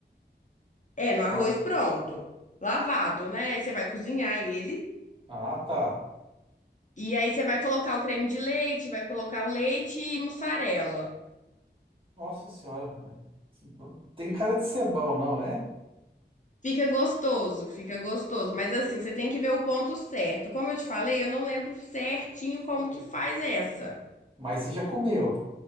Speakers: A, on the left; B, on the right.
A: É, no arroz
B: Ah,
A: pronto, lavado, né? Aí você vai cozinhar ele,
B: ah, tá.
A: e aí você vai colocar o creme de leite, vai colocar o leite e mussarela.
B: Nossa senhora. mas- Tem cara de ser bom, não é?
A: Fica gostoso, fica gostoso. Mas assim, você tem que ver o ponto certo. Como eu te falei, eu não lembro certinho como
B: Sim.
A: que faz essa.
B: Mas você já comeu.